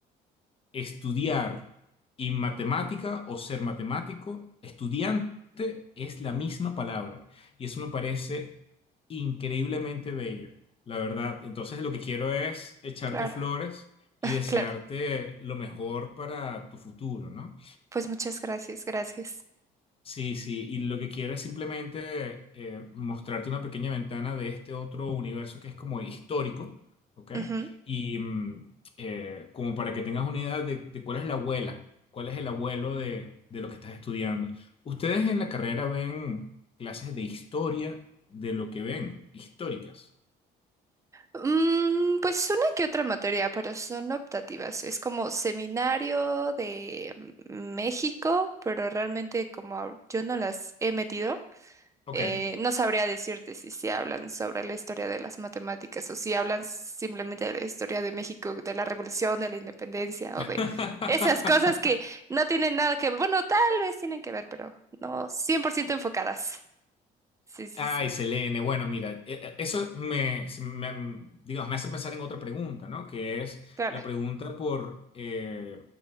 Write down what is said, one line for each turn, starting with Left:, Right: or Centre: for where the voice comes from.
Left: estudiar y matemática o ser matemático, estudiante es la misma palabra. Y eso me parece increíblemente bello, la verdad. Entonces lo que quiero es echarte
Right: claro,
Left: flores y desearte
Right: <laughs> claro.
Left: lo mejor para tu futuro, ¿no?
Right: Pues muchas gracias, gracias.
Left: Sí, sí, y lo que quiero es simplemente eh, mostrarte una pequeña ventana de este otro universo que es como histórico, ¿ok?
Right: Ujú.
Left: Y mm, eh, como para que tengas una idea de, de cuál es la abuela, cuál es el abuelo de, de lo que estás estudiando. Ustedes en la carrera ven clases de historia de lo que ven, históricas,
Right: Mm, pues una que otra materia, pero son optativas. Es como seminario de México, pero realmente como yo no las he metido,
Left: ¿ok?
Right: eh, no sabría decirte si se hablan sobre la historia de las matemáticas o si hablan simplemente de la historia de México, de la revolución, de la independencia
Left: <laughs>
Right: o de esas cosas que no tienen nada que ver. Bueno, tal vez tienen que ver, pero no 100% enfocadas. Sí, sí,
Left: Ay,
Right: sí,
Left: Selene, bueno, mira, e- e- eso me, se- me- digamos, me hace pensar en otra pregunta, ¿no? Que es
Right: claro.
Left: la pregunta por, eh,